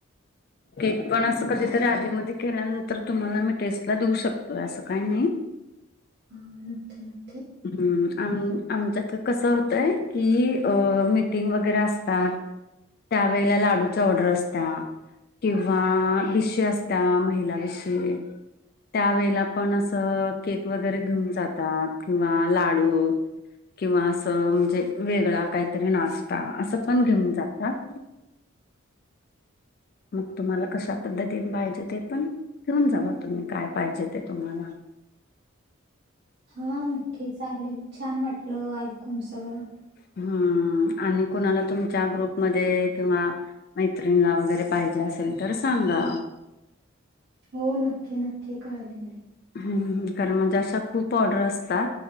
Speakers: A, on the left; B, on the right.
A: केक पण असं कधीतरी आधी मध्ये केल्या तर तुम्हाला मी टेस्टला देऊ शकतोय असं काही नाही
B: ऑल ओके ओके
A: ह् आम आमच्यात कसं होतंय कि अ मिटिंग वगैरे असतात त्यावेळेला लाडूचा ऑर्डर असता किंवा बी चे असता महिला विषयी त्या वेळेला पण असं केक वगैरे घेऊन जातात किंवा लाडू किंवा असं म्हणजे वेगळा काहीतरी नाश्ता असं पण घेऊन जातात मग तुम्हाला कशा पद्धतीने पाहिजे ते पण घेऊन जावा तुम्ही काय पाहिजे ते तुम्हाला
B: हा नक्की चालेल छान वाटलं ऐकून सगळं
A: हम्म आणि कोणाला तुमच्या ग्रुपमध्ये किंवा मैत्रीणीला वगैरे पाहिजे असेल तर सांगा
B: हो नक्की नक्की कळविन मी
A: हम कारण म्हणजे अशा खूप ऑर्डर असतात